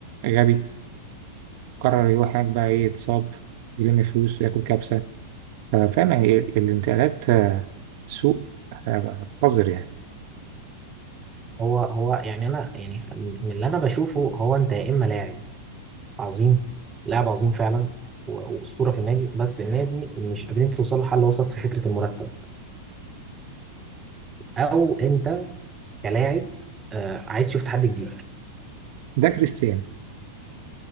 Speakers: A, on the right; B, on the right.
A: غبي قرر يروح هناك بقى ايه يتصاب يلم فلوس وياكل كبسه آه، فاهم يعني إيه؟ الانتقالات آه، سوء آه، قذر يعني
B: هو هو يعني انا يعني من اللي انا بشوفه هو انت يا اما لاعب عظيم لاعب عظيم فعلا و- واسطوره في النادي بس النادي مش قادرين توصلوا لحل وسط في فكره المرتب او انت كلاعب آه، عايز تشوف تحدي جديد
A: ده كريستيانو